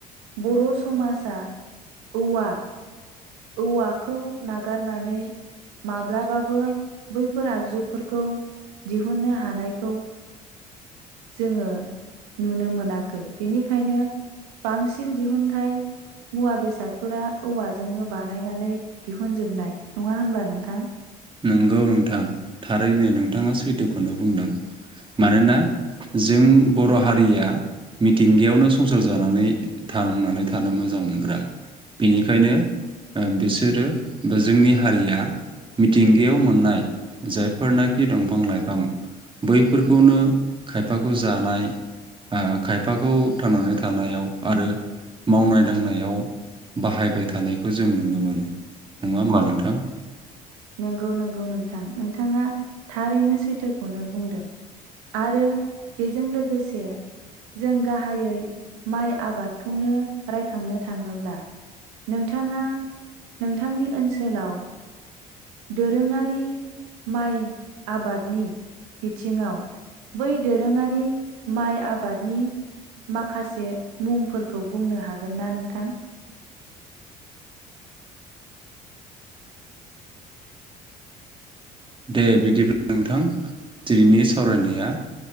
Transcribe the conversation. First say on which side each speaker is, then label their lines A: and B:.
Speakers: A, on the right; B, on the right.
A: बर समाजा औवा औवाखौ नागारनानै माब्लाबाबो बैफोर आगजुफोरखौ दिहुननो हानायखौ जोङो नुनो मोनाखै बेनिखायनो बांसिन दिहुनथाय मुवा बेसादफोरा औवाजोंनो बानायनानै दिहुनजोबनाय नङा होनबा नों थां
B: नोंगौ नोंथां थारैनो नोंथाङा सैथोखौनो बुंदों मानोना जों बर हारिया मिथिंगायावनो संसार जानानै थांनानै थानो मोजां मोनग्रा बेनिखायनो ओ बेसोरो बा जोंनि हारिया मिथिंगायाव मोननाय जायफोरनाखि दंफां लाइफां बैफोरखौनो खायफाखौ जानाय ओ खायफाखौ थांनानै थानायाव आरो मावनाय दांनायाव बाहायबाय थानायखौ जों नुनो मोनो नङा होमबा नोंथां?
A: नंगौ नंगौ नोंथां नोंथाङा थारैनो सैथोखौनो बुंदों आरो बेजों लोगोसे जों गाहायै माइ आबादखौनो रायखांनो थाङोब्ला नोंथाङा नोंथांनि ओनसोलाव दोरोङारि माइ आबादनि बिथिङाव बै दोरोङारि माइ आबादनि माखासे मुंफोरखौ बुंनो हागोन ना नोंथां?
B: दे बिदिब्ला नोंथां दिनैनि सावरायनाया